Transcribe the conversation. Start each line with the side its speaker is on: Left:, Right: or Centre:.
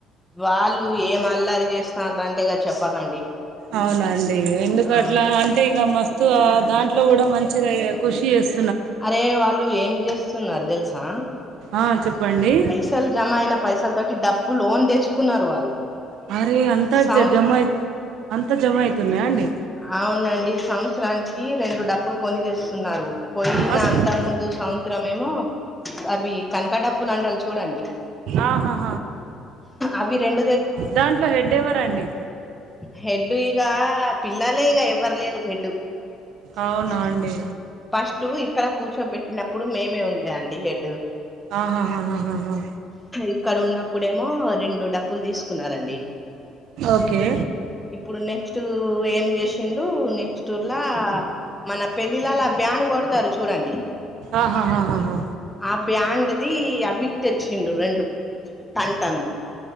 Centre: వాళ్ళు ఇగ ఏం అల్లరి చేస్తరంటే ఇగ చెప్పకండి
Right: అవునండి ఎందుకు
Centre: ఆ
Right: అట్లా అంటే ఇక మస్తు స్తు ఆ దాంట్లో కూడా మంచిగా ఇగ ఖుషి చేస్
Centre: అరే వాళ్ళు ఏం చేస్తున్నారు తెలుసా
Right: ఆ చెప్పండి
Centre: పైసలు జమ అయిన పైసల తోటి డప్పు లోన్ తెచ్చుకున్నారు వాళ్ళు
Right: మరే అంతా
Centre: సంవ
Right: జ జమ అయి అంతా జమ అవుతున్నాయా అండి
Centre: అవునండి సంవత్సరానికి రెండు డప్పులు కొని చేస్తున్నారు పోయిన
Right: అస్
Centre: అంత ముందు సంవత్సరం ఏమో అవి కనక డప్పులంటారు చూడండి
Right: ఆహా
Centre: అవి రెండు
Right: దాంట్లో హెడ్ ఎవరండి
Centre: హెడ్డు ఇగ పిల్లలే ఇగ ఎవ్వరు లేరు హెడ్
Right: అవునా అండి
Centre: ఫస్ట్ ఇక్కడ కూర్చోబెట్టినప్పుడు మేమే ఉండే అండి హెడ్
Right: ఆహాహాహాహాహా
Centre: ఇక్కడ ఉన్నప్పుడేమో రెండు డప్ ప్పులు తీసుకున్నారండి
Right: ఓకే
Centre: ఇప్పుడు నెక్స్ట్ ఏం చేసిండ్రు నెక్స్ట్ ల మన పెళ్ళిళ్ళలా అ బ్యాండు కొడతారు చూడండి
Right: ఆహాహాహాహాహా
Centre: ఆ బ్యాండ్ది అవి తెచ్చిండు రెండు టంటలు